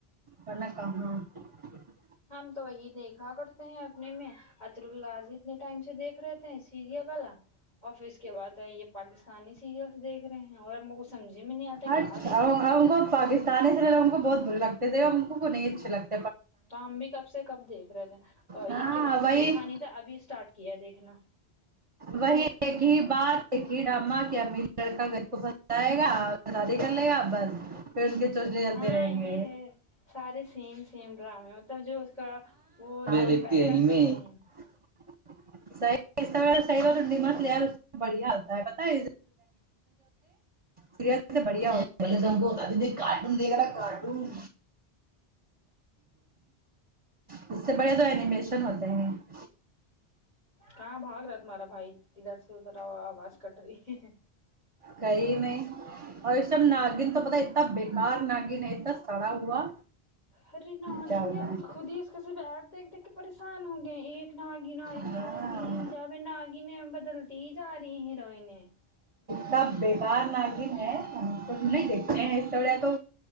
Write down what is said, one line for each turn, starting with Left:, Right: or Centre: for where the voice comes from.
Right: ورن کہاں <unintelligible> ا <inaudible>
Left: ہم تو وہی دیکھا کرتے ہیں اپنے میں اطر ال غازی اتنے ٹائم سے دیکھ رہےتے ہیں سیریل والا اور پھر اس کے بعد ہے یہ پاکستان آسانی سیریلس دیکھ رہے اور ہم سمجھ <unintelligible> کیا
Right: اچھا
Left: دیکھے
Right: ہم
Left: اس کے اندر
Right: کو پاکستانی سے ہم کو بہت برے لگتے تھے ہم ان کو نہیں اچے لگتے <unintelligible>
Left: تو ہم بھی کب سے کب دیکھ رہے تھے اور
Right: ہاں
Left: عید کے بعد سے
Right: وہی
Left: دیکھا نہیں تھا ابھی اسٹارٹ کیا ہے دیکھنا
Right: وہی ایک ہی بات ایکھی ڈما کی امیر لڑکا گھر کو پس آئے گا بادی کرنے آ بس <unintelligible> پ کے چچے چلتے
Left: ہاں
Right: رہیں
Left: یہ
Right: گے
Left: ہے سارے سیم سیم ڈرامے مطلب جو اس کا وہ ہوتی
Right: دیکھتی
Left: پیٹرن
Right: ہے ن
Left: سب
Right: میں
Left: سیم
Right: <unintelligible> صحیح صحی ڈم بڑھیا ہوتا ہے سری <unintelligible> بڑھیا ہولے سم کو ہوتا د کارٹون دیکھا نا کارٹون اس سے بڑے تو اینیمیشن ہوتے <unintelligible> ج <unintelligible>
Left: کہاں بھاگ رہا تمہارا بھائی ادھر سے ادھر آواز کٹ رہی <unintelligible>
Right: کئی نہیں اور اس ٹائم ناگن تو پتا اتنا بیکار ناگن ہے اتنا سڑا ہوا
Left: ارے ناگن
Right: کیا ہوتا
Left: ہم
Right: ہے
Left: خود ہی اس کے سے بیھ دیکھ دیکھ کے پریشان ہو گئے ہیں ایک ناگن آ رہی
Right: ہاں
Left: دو تین چار ناگن بدلتی ہی جا رہی ہیں ہیروئن <unintelligible>
Right: سب بیکار ناگن ہے ت نہیں دیکھتے ہیں اس س و تو